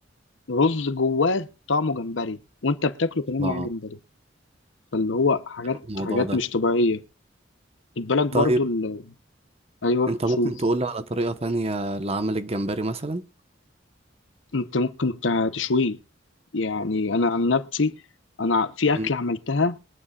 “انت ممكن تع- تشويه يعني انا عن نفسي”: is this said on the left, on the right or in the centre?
Left